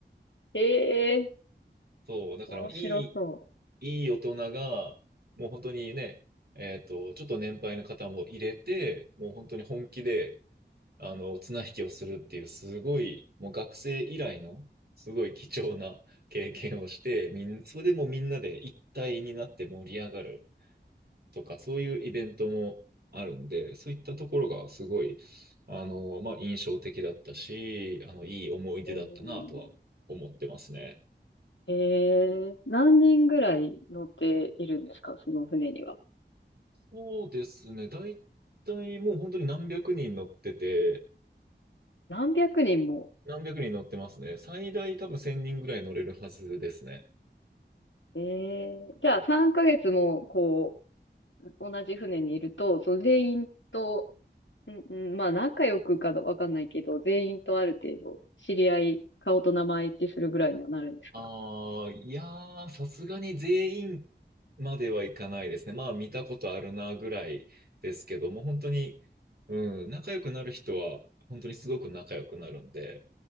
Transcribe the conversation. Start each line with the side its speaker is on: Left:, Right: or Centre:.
Left: <laughs> ええ
Right: そう。だからいい、
Left: 面白そ
Right: いい大人が、もう本当にね、えっと、ちょっと年配の方も入れて、もう本当に本気で、あの、綱引きをするっていう、すごい、もう学生以来の、すごい貴重な経験をして、みん、それでもうみんなで一体になって盛り上がるとか、そういうイベントもあるんで、そういったところがすごい、あの、まあ、印象的だったし、あの、いい思い出だったなとは思ってますね。
Left: う。うん、ええ何人ぐらい乗っているんですか、その船には。
Right: そうですね。だいたいもう本当に何百人乗ってて、
Left: 何百人も。
Right: 何百人乗ってますね。最大多分1000人ぐらい乗れるはずですね。
Left: ええじゃあ3ヶ月も、こう、同じ船にいると、その全員とうんうん、まあ、仲良くかどわかんないけど、全員とある程度、知り合い、顔と名前一致するぐらいにはなるんですか
Right: ああ、いやー、さすがに全員まではいかないですね。まあ見たことあるなぐらいですけども、本当に、うん、仲良くなる人は本当にすごく仲良くなるんで、